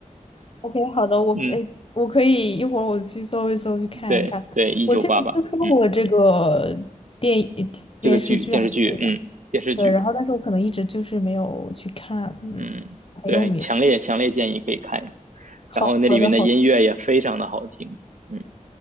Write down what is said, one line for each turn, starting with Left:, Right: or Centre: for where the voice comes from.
Left: OK，好的，我哎，
Right: 嗯，
Left: 我可以一会儿我去搜一搜，去看一看。
Right: 对对，《一九八八》，
Left: 我其实听说过这个电呃电视剧还是电影，
Right: 嗯，这个剧电视剧，嗯，电视剧，
Left: 对，然后但是我可能一直就是没有去看，嗯，
Right: 嗯，
Left: 很有名。
Right: 对，强烈强烈建议可以看一下。
Left: 好好的，
Right: 然后那里面的音乐也非常的好听，
Left: 好
Right: 嗯。